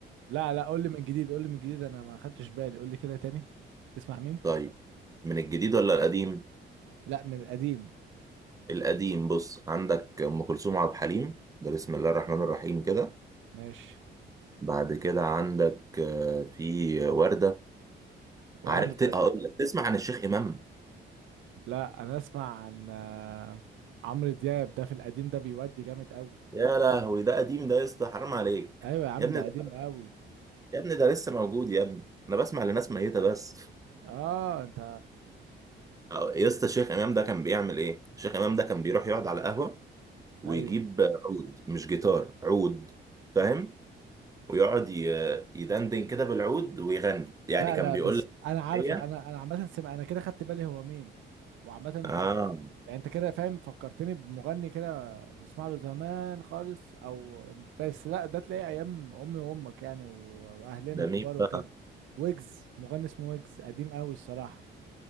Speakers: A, on the right; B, on the right.
A: لا لا قول لي من جديد قول لي من جديد انا ما خدتش بالي قول لي كده تاني تسمع مين
B: طيب من الجديد ولا القديم
A: لا من القديم
B: القديم بص عندك ام كلثوم عبد الحليم ده بسم الله الرحمن الرحيم كده
A: ماشي
B: بعد كده عندك آه، في ورده
A: وردة
B: عارف ت- هقول لك تسمع عن الشيخ امام
A: لا انا اسمع عن آه، عمرو دياب ده في القديم ده بيودي جامد قوي
B: يا لهوي ده قديم ده يا اسطى حرام عليك
A: ايوه يا عم
B: يا ابني
A: ده
B: ده
A: قديم <laughs> قوي
B: يا ابني ده لسه موجود يا ابني انا بسمع لناس ميته بس
A: اه انت
B: أو- يا اسطى الشيخ امام ده كان بيعمل ايه الشيخ امام ده كان بيروح يقعد على قهوه ويجيب
A: ايوه
B: عود مش جيتار عود فاهم ويقعد ي- يدندن كده بالعود ويغني يعني
A: لا
B: كان
A: لا
B: بيقول
A: بس
B: لك
A: انا عارفه
B: هي
A: انا انا عامه سمع انا كده خدت بالي هو مين وعامه انت
B: اه
A: فك... يعني انت كده فاهم فكرتني بمغني كده بسمع له زمان خالص او بس لا ده تلاقيه ايام امي وامك يعني و... واهلنا
B: ده
A: الكبار
B: مين
A: وكده
B: بقى
A: ويجز مغني اسمه ويجز قديم قوي الصراحه